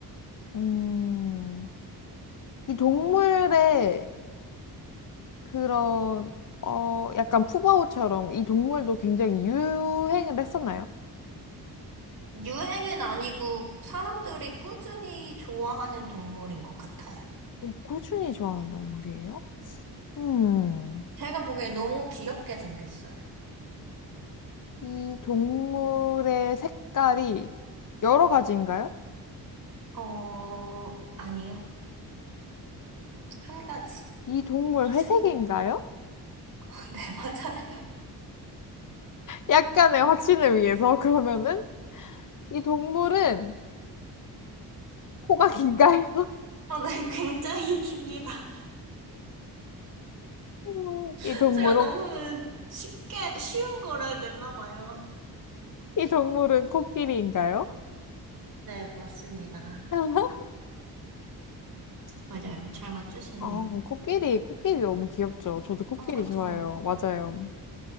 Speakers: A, on the left; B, on the right.
A: 음, 이 동물의 그런, 어, 약간 푸바오처럼 이 동물도 굉장히 유행을 했었나요?
B: 유행은 아니고 사람들이 꾸준히 좋아하는 동물인 것 같아요.
A: 어, 꾸준히 좋아하는 동물이에요? 음,
B: 제가 보기엔 너무 귀엽게 생겼어요.
A: 이 동물의 색깔이 여러 가지인가요?
B: 어, 아니요. 한 가지.
A: 이 동물
B: 비슷해요.
A: 회색인가요?
B: <laughs> 네, 맞아요.
A: 약간의 확신을 위해서 <laughs> 그러면은 이 동물은 코가 긴가요?
B: 어, 네, 굉장히 깁니다.
A: <laughs>
B: <laughs>
A: 이 동물은,
B: 제가 너무 쉽게, 쉬운 거를 냈나 봐요.
A: 이 동물은 코끼리인가요?
B: 네, 맞습니다.
A: <laughs>
B: 맞아요. 잘 맞추시네요.
A: 아, 코끼리, 코끼리 너무 귀엽죠. 저도 코끼리
B: 어, 그쵸.
A: 좋아해요. 맞아요.